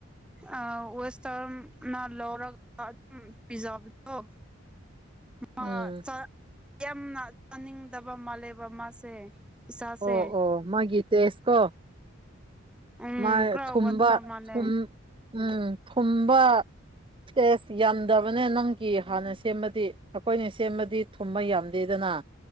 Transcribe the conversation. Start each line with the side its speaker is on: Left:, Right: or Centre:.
Centre: ꯑꯥ ꯋꯦꯁꯇꯔꯅ ꯂꯧꯔꯒ ꯑꯗꯨꯝ ꯄꯤꯖꯥꯕꯗꯣ ꯝꯥ
Right: ꯎꯝ
Centre: ꯆꯥꯛ ꯌꯥꯝꯅ ꯆꯥꯅꯤꯡꯗꯕ ꯃꯥꯜꯂꯦꯕ ꯃꯥꯁꯦ ꯏꯁꯥꯁꯦ
Right: ꯑꯣ ꯑꯣ ꯃꯥꯒꯤ ꯇꯦꯁꯇꯣ
Centre: ꯎꯝ
Right: ꯃꯥꯥꯏ
Centre: ꯈꯔ
Right: ꯊꯨꯝꯕ
Centre: ꯋꯥꯠꯄ ꯃꯥꯜꯂꯦ
Right: ꯊꯨꯝ ꯎꯝ ꯊꯨꯝꯕ ꯇꯦꯁ ꯌꯥꯝꯗꯕꯅꯦ ꯅꯪꯒꯤ ꯍꯥꯟꯅ ꯁꯦꯝꯕꯗꯤ ꯑꯩꯈꯣꯏꯅ ꯁꯦꯝꯃꯗꯤ ꯊꯨꯝꯕ ꯌꯥꯝꯗꯦꯗꯅ ꯑꯥ